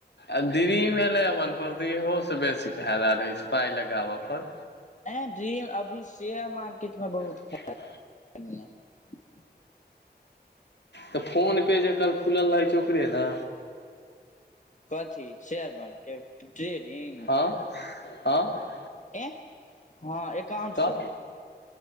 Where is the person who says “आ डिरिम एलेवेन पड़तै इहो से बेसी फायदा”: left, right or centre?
Left